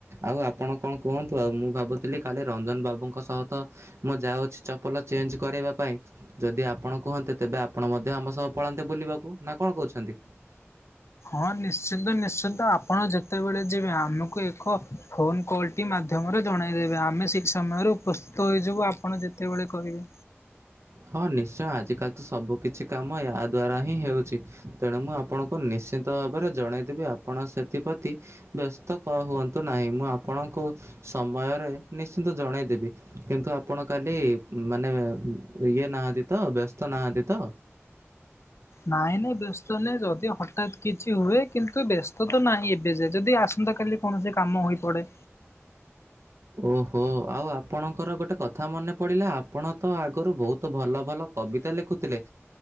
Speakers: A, on the right; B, on the left.
A: ଆଉ ଆପଣ କଣ କୁହନ୍ତୁ ଆଉ ମୁଁ ଭାବୁଥିଲି ଖାଲି ରଞ୍ଜନ ବାବୁଙ୍କ ସହ ତ ମୁଁ ଯାଉଛି ଚପଲ ଚେଞ୍ଜ କରିବା ପାଇଁ। ଯଦି ଆପଣ କୁହନ୍ତେ ତେବେ ଆପଣ ମଧ୍ୟ ଆମ ସହ ପଳାନ୍ତେ ବୁଲିବାକୁ ନା କଣ କହୁଛନ୍ତି।
B: ହଁ ନିଶ୍ଚିନ୍ତ ନିଶ୍ଚିନ୍ତ ଆପଣ ଯେତେବେଳେ ଯିବେ ଆମକୁ ଏକ ଫୋନ୍ କଲ୍ ଟେ ମାଧ୍ୟମରେ ଜଣାଇଦେବେ ଆମେ ଠିକ୍ ସମୟରେ ଉପସ୍ଥିତ ହେଇଯିବୁ ଆପଣ ଯେତେବେଳେ କହିବେ।
A: ହଁ ନିଶ୍ଚୟ ଆଜିକାଲି ତ ସବୁ କିିଛି କାମ ଏହା ଦ୍ୱାରା ହିଁ ହେଉଛି। ତେଣୁ ମୁଁ ଆପଣଙ୍କୁ ନିଶ୍ଚିନ୍ତ ଭାବରେ ଜଣେଇଦେବି ଆପଣ ସେଥିପ୍ରତି ବ୍ୟସ୍ତ କର ହୁଅନ୍ତୁ ନାହିଁ ମୁଁ ଆପଣଙ୍କୁ ସମୟରେ ନିଶ୍ଚିନ୍ତ ଜଣେଇଦେବି କିନ୍ତୁ ଆପଣ କାଲି ମାନେ ଇଏ ନାହାନ୍ତି ତ ବ୍ୟସ୍ତ ନାହାନ୍ତି ତ।
B: ନାଇଁ ନାଇଁ ବ୍ୟସ୍ତ ନାହିଁ ଯଦି ହଠାତ୍ କିଛି ହୁଏ କିନ୍ତୁ ବ୍ୟସ୍ତ ତ ନାହିଁ ଏବେ ଯେ ଯଦି ଆସନ୍ତା କାଲି କୌଣସି କାମ ହୋଇପଡ଼େ।
A: ଓହୋ ଆଉ ଆପଣଙ୍କର ଗୋଟେ କଥା ମନେ ପଡ଼ିଲା ଆପଣ ତ ଆଗରୁ ବହୁତ ଭଲ ଭଲ କବିତା ଲେଖୁଥିଲେ।